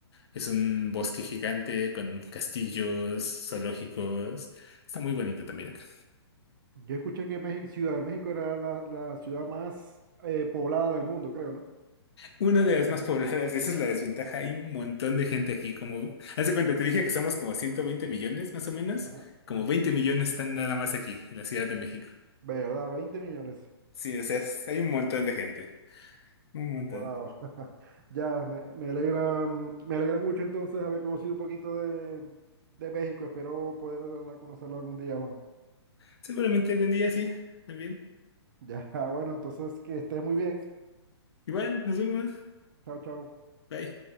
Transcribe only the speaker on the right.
Yo escuché que México, Ciudad de México era la, la ciudad más eh, poblada del mundo, creo, ¿no?
Ajá,
ajá.
¿Verdad? veinte millones.
Wow. <laughs> Ya, me, me alegra, mm, me alegra mucho entonces haber conocido un poquito de, de México. Espero poder de verdad conocerlo algún día, Juan.
Ya, <laughs> bueno, entonces que estés muy bien.
Chao, chao.